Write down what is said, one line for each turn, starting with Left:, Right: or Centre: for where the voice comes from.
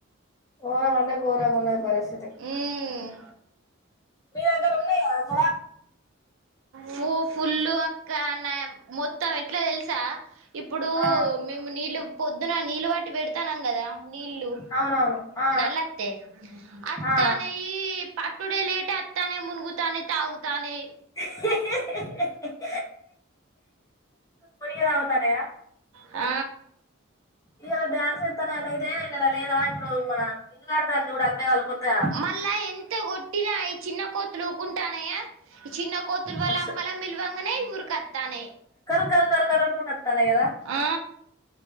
Left: గోరం అంటే గోరంగ ఉన్నది పరిస్
Right: ఉమ్
Left: మీ దగ్గర ఉన్నాయా అక్కడ
Right: ఫు ఫుల్లు అక్కా నయం మొత్తం ఎట్ల తెల్సా ఇప్పుడూ
Left: ఆ
Right: మేము నీళ్ళు పొద్దున నీళ్లు పట్టి పెడతానం గదా నీళ్ళు
Left: అవునవును ఆ
Right: నల్లోత్తే అత్తానై
Left: ఆ
Right: ఈ పట్టుడే లేట్ అత్తానై మునుగుతానై తాగుతానై
Left: హి హి మునిగి తాగుతానైయా
Right: ఆ
Left: ఈ రోజ్ డ్యాన్స్ ఎత్తానై అట ఇదే కథ లేరా ఇప్పుడు మన ఇల్లు కడతాను చూడు అక్కయ్య వాళ్ళు కొత్తగా
Right: మళ్ళా ఎంత కొట్టినా ఈ చిన్న కోతులు. ఉంటానయా ఈ చిన్న కోతులు వాళ్ళ
Left: మస్తు
Right: అమ్మలన్ పిల్వంగనే ఉరుక్ కత్తానై
Left: కర్ కర్ కర్ అన్ కుంటు వత్తానై గదా
Right: ఆ